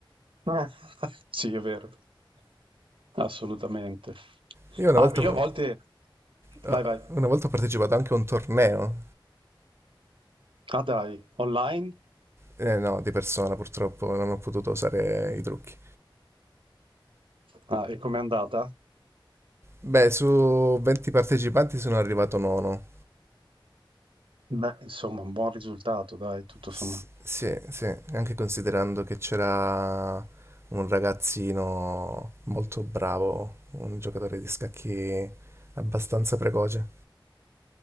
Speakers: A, on the right (about 80°); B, on the right (about 30°).
A: Eh, <laughs> Sì, è vero. Assolutamente.
B: Io una
A: Ah,
B: volta,
A: io
B: eh,
A: a volte...
B: una
A: Vai, vai.
B: volta ho partecipato anche a un torneo,
A: Ah, dai, online?
B: eh, no, di persona purtroppo non ho potuto usare i trucchi.
A: Ah, e com'è andata?
B: Beh, su 20 partecipanti sono arrivato nono,
A: Beh, insomma, un buon risultato, dai, tutto
B: S-
A: sommato.
B: sì, sì, anche considerando che c'era un ragazzino molto bravo, un giocatore di scacchi abbastanza precoce,